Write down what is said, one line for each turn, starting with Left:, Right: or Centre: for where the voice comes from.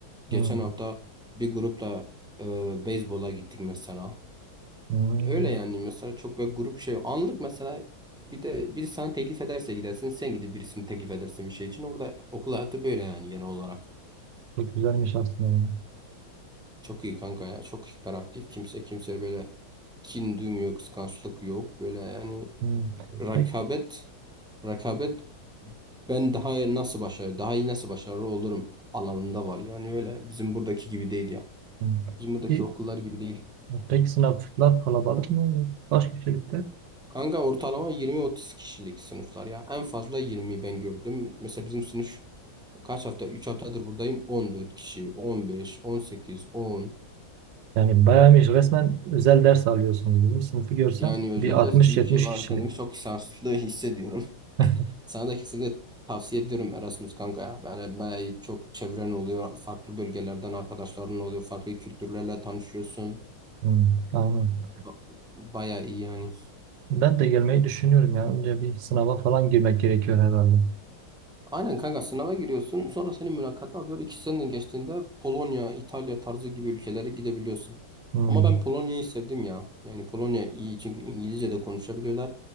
Centre: Geçen
Right: hı,
Centre: hafta bir grupla e, beyzbola gittik mesela.
Right: hı.
Centre: Öyle yani mesela çok böyle grup şey. Anlık mesela bir de biri sana teklif ederse gidersin. Sen gidip birisini teklif edersin bir şey için. Orada okul hayatı böyle yani genel olarak.
Right: Çok güzelmiş aslında.
Centre: Çok iyi kanka ya. Çok hiperaktif. Kimse kimseye böyle kin duymuyor, kıskançlık yok. Böyle yani
Right: Hı.
Centre: rekabet
Right: Peki,
Centre: Rekabet ben daha nasıl başarı, daha iyi nasıl başarılı olurum alanında var. Yani öyle bizim buradaki gibi değil ya.
Right: hı.
Centre: Bizim buradaki
Right: Peki,
Centre: okullar gibi değil.
Right: peki sınıflar kalabalık mı? Kaç kişilikte?
Centre: Kanka ortalama 20-30 kişilik sınıflar ya. En fazla 20 ben gördüm. Mesela bizim sınıf kaç hafta? 3 haftadır buradayım. 14 kişi, 15, 18, 10.
Right: Yani bayağıymış resmen özel ders alıyorsunuz. Bizim sınıfı görsen
Centre: Yani özel
Right: bir 60-70
Centre: ders gibi bir şey var.
Right: kişilik.
Centre: Kendimi çok şanslı hissediyorum.
Right: <laughs>
Centre: Sana da kesinlikle tavsiye ediyorum Erasmus kanka ya. Yani bayağı iyi, çok çevren oluyor. Farklı bölgelerden arkadaşların oluyor. Farklı kültürlerle tanışıyorsun.
Right: Hmm, anladım.
Centre: Ba- Bayağı iyi yani.
Right: Ben de gelmeyi düşünüyorum ya. Önce bir sınava falan girmek gerekiyor herhalde.
Centre: Aynen kanka sınava giriyorsun. Sonra seni mülakata alıyor. İki seneden geçtiğinde Polonya, İtalya tarzı gibi ülkelere gidebiliyorsun.
Right: Hmm.
Centre: Ama ben Polonya'yı sevdim ya. Yani Polonya iyi çünkü İngilizce de konuşabiliyorlar.